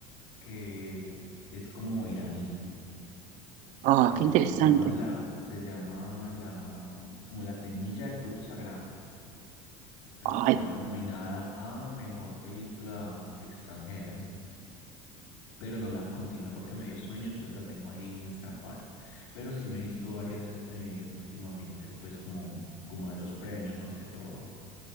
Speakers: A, on the left; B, on the right.
A: que es como iraní,
B: Ah,
A: que
B: qué
A: se
B: interesante.
A: llama la, se llama la, como la semilla del fruto sagrado. Creo
B: Ay,
A: que estaba nominada a mejor película extranjera. pero no la continué porque me dio sueño, entonces la tengo ahí en stand-by. Pero sí me he visto varias eh, últimamente, pues como, como de los premios más que todo.